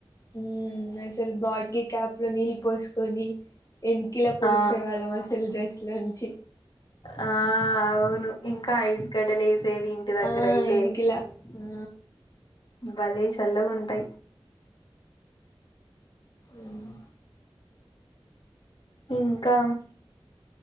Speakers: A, on the left; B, on the left.
A: ఉమ్ అసలు బాటిల్ క్యాప్ లో నీళ్ళు పోసుకొని ఎనకిల పూసే
B: ఆ
A: వాళ్ళ అసలు డ్రెస్ లోచ్చి
B: ఆ అవును ఇంకా ఐస్ గడ్డలు వేసేది ఇంటి దగ్గర
A: ఆ
B: అయితే
A: ఎనికిలా ఆ
B: భలే చల్లగా ఉంటు టై
A: ఏంది
B: ఇంకా